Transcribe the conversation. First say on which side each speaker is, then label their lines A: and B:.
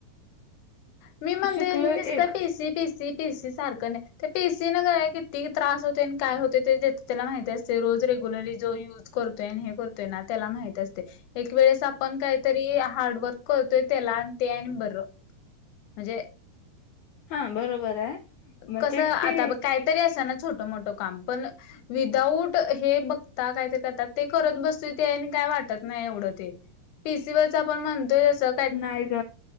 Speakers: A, on the left; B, on the left.
A: मी म्हणतोय
B: शिकलोय
A: मी नुसता
B: एक
A: T C T C. T C सारखं नाही ते ती सी न काय किती त्रास होते आणि काय होते ते त्याला माहती असते रोज रेग्युलरली जो यूज करतोय हे करतोय ना त्याला माहित असते. एक वेळेस आपण काहीतरी हार्डवर्क करतोय त्याला आणि ते आणि बरं. म्हणजे?
B: हा बरोबर आहे. मग
A: कसं
B: तेच
A: आता
B: की
A: काहीतरी असं ना छोटं मोठं काम पण विदाउट हे बघता काहीतरी करतात ते करत बसत ते आणि काय वाटत नाही एवढं ते. पीसी वरच आपण म्हणतोय जसं
B: नाही ग